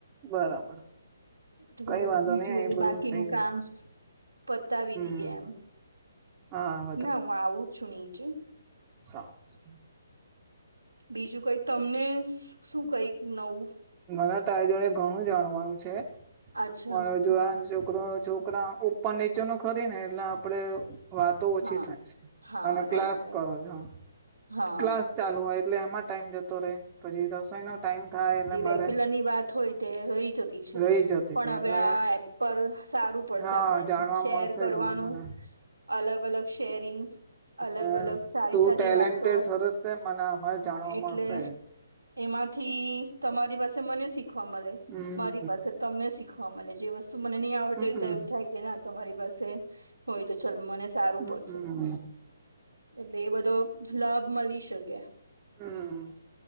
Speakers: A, on the right; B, on the right.
A: બરાબર.
B: થોડું
A: કઈ વાંધો
B: બીજું
A: નહી
B: બધું
A: એ
B: બાકીનું
A: થઈ ગયું
B: કામ.
A: છે
B: પતાવી
A: હમ
B: દઈએ આમ
A: હા
B: ના હું આવું છું નીચે.
A: હ
B: બીજું કઈ તમને શું કઈક નવું.
A: મને તારે જોડે ઘણું જાણવાનું છે
B: અચ્છા
A: પર જો
B: હા
A: આ. છોકરો છોકરા ઉપર નીચેનું ખરી ને એટલે આપડે વાતો ઓછી
B: હા
A: થાય છે
B: હા
A: અને
B: રાઈટ
A: ક્લાસ
B: રાઈટ
A: કરો છો હ.
B: હા
A: ક્લાસ ચાલુ હોય એટલે એમાં ટાઈમ જતો રહેે પછી રસોઈ નો ટાઈમ થાય એટલે મારે
B: રેગ્યુલર ની વાત હોય તે રહી જતી છે
A: રહી જતી
B: પણ
A: છે
B: હવે
A: એટલે
B: આ એપ પર સારું પડશે
A: હા
B: આપણને
A: જાણવા
B: શેર
A: મળશે
B: કરવાનું
A: એ બધું મને
B: અલગ અલગ શેરિંગ
A: અને
B: અલગ અલગ સારી
A: તું
B: સારી
A: ટેલેન્ટેડ
B: વાતો
A: સરસ છે મને અમારે
B: હા
A: જાણવા
B: એટલે
A: મળશે
B: એમાંથી તમારી પાસે મને શીખવા મળે
A: હમ
B: મારી પાસે તમને શીખ હ મને જે વસ્તુ મને નહી આવડતી
A: હમમ
B: હોય તો એવું થાય કે ના તમારી પાસે હોય તો ચાલ મને સારું
A: હમમ
B: પડશે
A: હમ
B: એટલે એ બધો લાભ મળી શકે
A: હમ